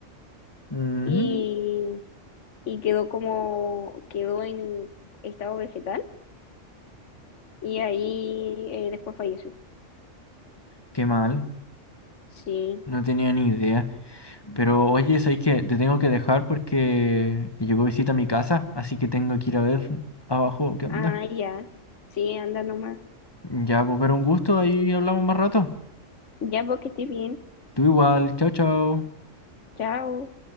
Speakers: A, on the left; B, on the left.
A: Mm,
B: y, y quedó como, quedó en estado vegetal. Y ahí eh, después falleció.
A: qué mal,
B: Sí.
A: no tenía ni idea. Pero oye, ¿sabes que Te tengo que dejar porque llegó visita a mi casa, así que tengo que ir a ver abajo qué onda.
B: Ah, ya. Sí, anda nomás.
A: Ya, pues, pero un gusto, ahí hablamos más rato.
B: Ya, vos que estés bien.
A: Tú igual, chao, chao.
B: Chao.